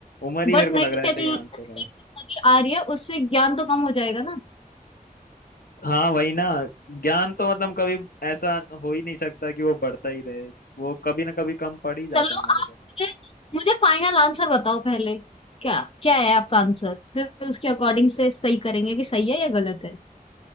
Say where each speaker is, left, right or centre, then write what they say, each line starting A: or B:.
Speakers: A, on the left; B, on the left.
A: उम्र ही
B: बट
A: मेरे को
B: नई
A: लग रहा है
B: टेक्नोलॉजी
A: सही आंसर है
B: आ रही है उससे ज्ञान तो कम हो जाएगा ना
A: हाँ वही ना ज्ञान तो मतलब कभी ऐसा हो ही नहीं सकता कि वो बढ़ता ही रहे वो कभी ना कभी कम पड़ ही जाता
B: चलो
A: है हमारे
B: आप
A: पास
B: मुझे मुझे फाइनल आंसर बताओ पहले क्या क्या है आपका आंसर फिर उसके अकॉर्डिंग से सही करेंगे कि सही है या गलत है